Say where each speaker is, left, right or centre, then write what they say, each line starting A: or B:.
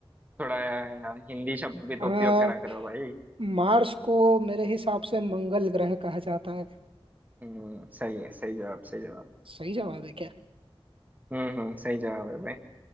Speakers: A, on the right (about 15°); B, on the right (about 65°).
A: थोड़ा अ, हिंदी शब्द भी तो
B: आ,
A: उपयोग करा करो भाई
B: मार्स को मेरे हिसाब से मंगल ग्रह कहा जाता है
A: हम्म सही है सही जवाब सही जवाब
B: सही जवाब है क्या
A: हम्म हम्म सही जवाब है भाई